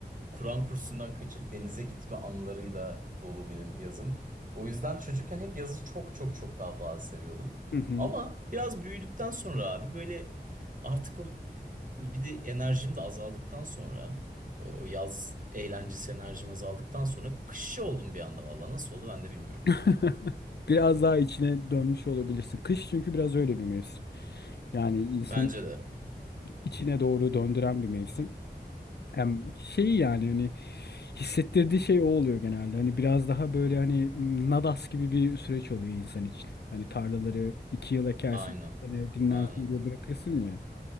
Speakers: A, on the right; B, on the left.
A: Kur'an kursundan kaçıp denize gitme anılarıyla dolu benim yazım. O yüzden çocukken hep yazı çok çok çok daha fazla seviyordum.
B: Hı hı.
A: Ama biraz büyüdükten sonra abi böyle artık o bir de enerjim de azaldıktan sonra o o yaz eğlencesi enerjim azaldıktan sonra kışçı oldum bir anda vallahi nasıl oldu ben de bilmiyorum.
B: <laughs> Biraz daha içine dönmüş olabilirsin. Kış çünkü biraz öyle bir mevsim. Yani insanı
A: Bence de.
B: içine doğru döndüren bir mevsim. Hem şey yani hani hissettirdiği şey o oluyor genelde. Hani biraz daha böyle hani m, nadas gibi bir süreç oluyor insan için. Hani tarlaları iki yıl ekersin,
A: Aynen.
B: bir sene dinlensin
A: Aynen.
B: diye bırakırsın ya.